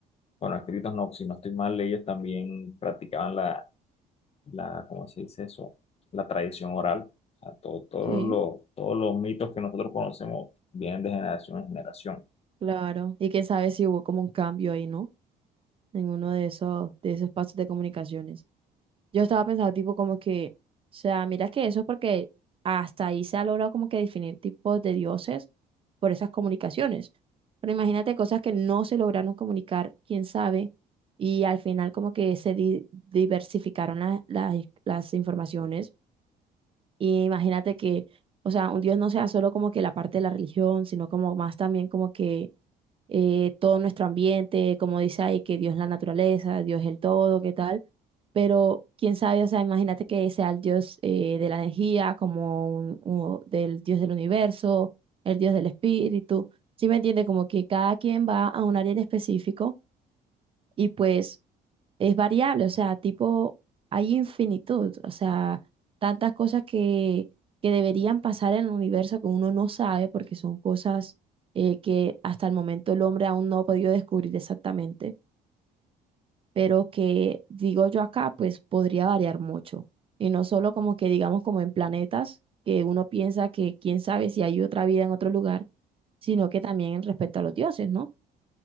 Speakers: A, on the left; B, on the right.
A: Bueno, escritos no, si no estoy mal, ellos también practicaban la, la, ¿cómo se dice eso? La tradición oral. O sea, todo- todo
B: sí,
A: lo- todos los mitos que nosotros conocemos vienen de generación en generación.
B: claro. Y quién sabe si hubo como un cambio ahí, ¿no? En uno de esos, de esos pasos de comunicaciones. Yo estaba pensando tipo como que, o sea, mira que eso es porque hasta ahí se ha logrado como que definir tipos de dioses por esas comunicaciones. Pero imagínate cosas que no se lograron comunicar, quién sabe, y al final como que se di- diversificaron las, las, las informaciones. Y imagínate que, o sea, un dios no sea solo como que la parte de la religión, sino como más también como que eh, todo nuestro ambiente, como dice ahí, que Dios es la naturaleza, Dios es el todo, qué tal, pero quién sabe, o sea, imagínate que sea el Dios eh, de la energía, como un, un- del Dios del universo, el Dios del espíritu, ¿sí me entiende? Como que cada quien va a un área en específico y pues es variable, o sea, tipo, hay infinitud, o sea, tantas cosas que, que deberían pasar en el universo que uno no sabe porque son cosas eh, que hasta el momento el hombre aún no ha podido descubrir exactamente, pero que, digo yo acá, pues podría variar mucho. Y no solo como que digamos como en planetas, que uno piensa que quién sabe si hay otra vida en otro lugar, sino que también respecto a los dioses, ¿no?